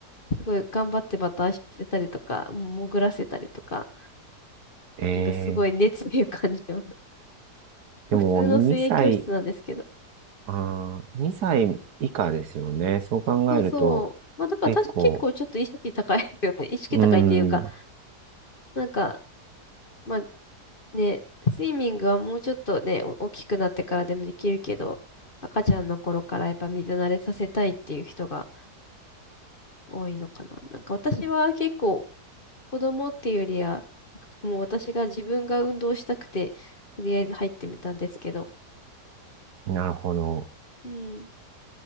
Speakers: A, on the left; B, on the right.
A: う、すごい頑張ってバターしてせたりとか、もう潜らせたりとか、
B: ええ、
A: なんかすごい熱意を感じます。<laughs> まあ普通の水泳教室なんですけど。
B: でも2歳、ああ、2歳以下ですよね。そう考えると、
A: そうそう。まあだから確か結構ちょっと意識高いよね。
B: 結構、
A: <laughs> 意識高いっていうか、
B: うーん、
A: なんか、まあね、スイミングはもうちょっとね、お大きくなってからでもできるけど、赤ちゃんの頃からやっぱ水慣れさせたいっていう人が多いのかな。なんか私は結構子供っていうよりは、もう私が自分が運動したくて、とりあえず入ってみたんですけど。
B: なるほど。
A: うん。